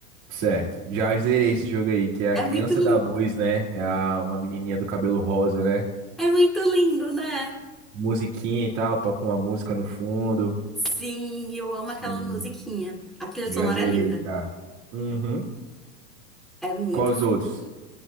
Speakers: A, on the right; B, in the centre.
A: Certo. Já zerei esse jogo aí, que é a Criança
B: É muito lindo.
A: da Luz, né? É a, uma menininha do cabelo rosa, né?
B: É muito lindo, né?
A: Musiquinha e tal, toca uma música no fundo.
B: Sim, eu amo
A: Sim,
B: aquela musiquinha. A trilha
A: já
B: sonora
A: zerei
B: é linda.
A: já. Uhum.
B: É muito.
A: Qual os
B: fo-
A: outros?